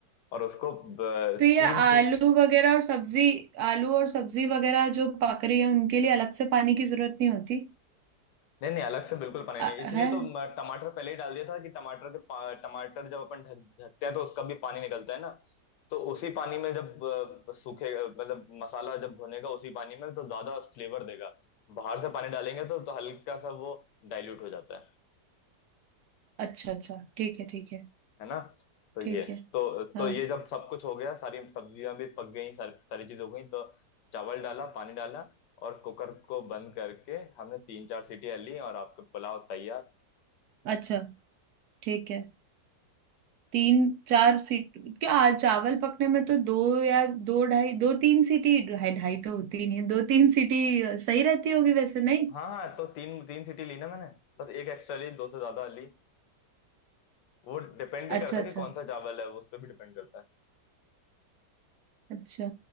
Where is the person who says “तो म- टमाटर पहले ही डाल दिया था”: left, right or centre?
Left